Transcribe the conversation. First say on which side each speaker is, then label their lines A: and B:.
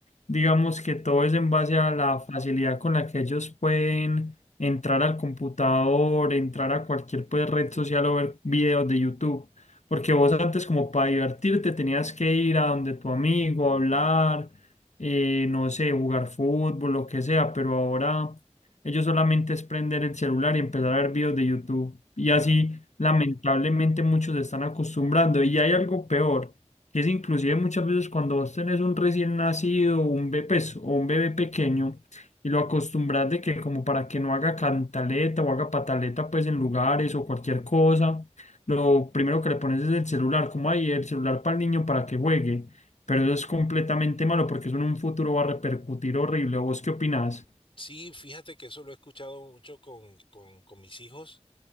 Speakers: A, on the left (about 75°); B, on the left (about 50°).
A: digamos que todo es en base a la facilidad con la que ellos pueden entrar al computador, entrar a cualquier pues, red social o ver videos de YouTube. Porque vos antes como para divertirte tenías que ir a donde tu amigo, hablar, eh, no sé, jugar fútbol, lo que sea, pero ahora ellos solamente es prender el celular y empezar a ver videos de YouTube. Y así
B: Ajá.
A: lamentablemente muchos se están acostumbrando. Y hay algo peor que es inclusive muchas veces cuando vos tenés un recién nacido, un bebé, pues, o un bebé pequeño, y lo acostumbras de que como para que no haga cantaleta o haga pataleta, pues en lugares o cualquier cosa, lo primero que le pones es el celular, como ahí el celular para el niño para que juegue, pero eso es completamente malo porque eso en un futuro va a repercutir horrible. ¿Vos qué opinás?
B: Sí, fíjate que eso lo he escuchado mucho con, con, con mis hijos,